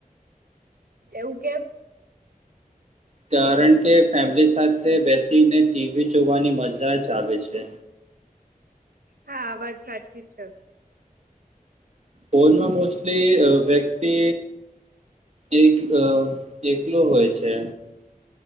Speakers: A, on the right; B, on the right.
A: એવું કેમ
B: કારણ કે ફેમિલી સાથે બેસીને ટીવી જોવાની મજા જ આવે છે
A: હા આ વાત સાચી છે
B: ફોનમાં મોસ્ટલી વ્યક્તિ એક એકલો હોય છે.